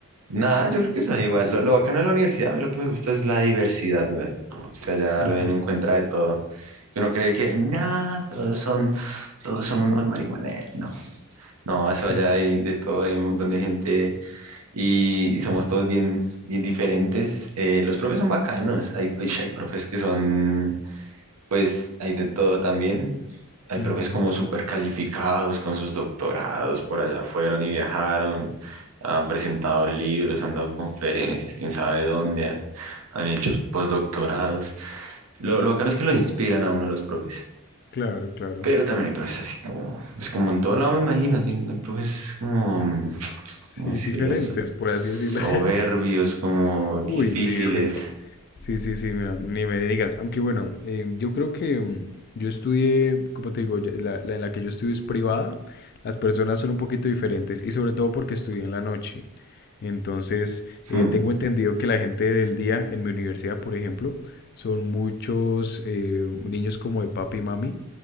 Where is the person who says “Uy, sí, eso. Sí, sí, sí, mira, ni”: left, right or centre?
Left